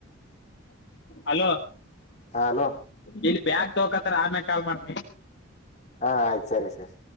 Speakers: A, on the left; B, on the left.
A: ಅಲೋ
B: ಹಲೋ
A: ಇಲ್ಲಿ ಬ್ಯಾಗ ತೋಕತ್ತಾರ ಆಮೇಲೆ ಕಾಲ್ ಮಾಡ್ಮ
B: ಹಾ ಆಯ್ತು ಸರಿ ಸರಿ